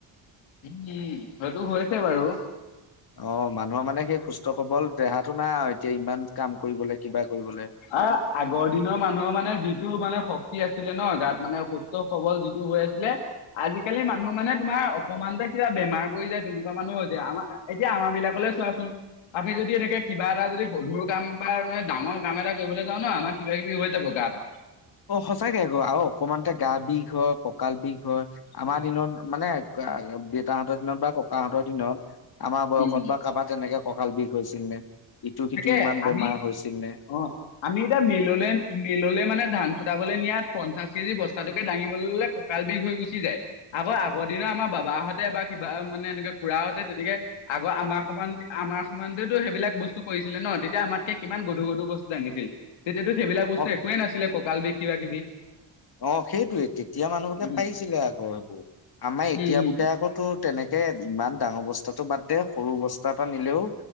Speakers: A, on the left; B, on the left.
A: কি উম, সেইটো হৈছে বাৰু।
B: অ', মানুহৰ মানে সেই সুস্থ-সবল দেহাটো নাই আৰু, এতিয়া ইমান কাম কৰিবলে, কিবা কৰিবলে।
A: আ আগৰ দিনৰ মানুহৰ মানে যিটো মানে শক্তি আছিলে ন, গাত মানে সুস্ সুস্থ সবল যিটো হৈ আছিলে। আজিকালি মানুহ মানে তোমাৰ অকমানতে কিবা বেমাৰ পৰি যায় তেনেকুৱা মানুহ হৈছে। আমাৰ এতিয়া আমাৰ বিলাকলৈ চোৱাচোন, আমি যদি এনেকে কিবা এটা যদি গধুৰ কাম বা মানে ডাঙৰ কাম এটা কৰিবলৈ যাওঁ ন, আমাৰ কিবাকিবি হৈ যাব গাত।
B: অ', সঁচাকে আকৌ, আৰু অকমানতে গা বিষ হয়, কঁকাল বিষ হয়, আমাৰ
A: অ
B: দিনত মানে গা দেউতাহঁতৰ দিনত বা ককাহঁতৰ দিনত, আমাৰ বয়সত
A: উম,
B: বা কাৰোবাৰ তেনেকে কঁকাল বিষ হৈছিল নে, ইটো-সিটো
A: তাকে
B: ইমান
A: আমি
B: বেমাৰ হৈছিল নে?
A: অ', আমি এতিয়া মিললোলে, মিলললো মানে ধান খুটাবলৈ নিয়াত পঞ্চাশ কেজি বস্তাটোকে দাঙিব ললে কঁ কাল বিষ হৈ গুচি যায় আকৌ আগৰ দিনৰ আমাৰ বাবাহঁতে বা কিবা মানে এনেকে খুৰাহঁতে তেনেকে আগৰ আমাৰ সমান আমাৰ সমানতেটো সেইবিলাক বস্তু কৰিছিলে ন, তেতিয়া আমাতকে কিমান গধুৰ-গধুৰ বস্তু দাঙিছিল। তেতিয়াতো সেইবিলাক বস্তু
B: অ
A: একোৱে নাছিলে কঁকাল বিষ কিবা-কিবি।
B: অ', সেইটোয়েই, তেতিয়া মানুহবুকে
A: উম,
B: পাৰিছিলে আকৌ সেইবোৰ, আমাৰ
A: উম,
B: এতিয়াবুকে
A: উম,
B: আকৌ তু তেনেকে ইমান ডাঙৰ বস্তাটো বাদ দে সৰু বস্তা এটা নিলেও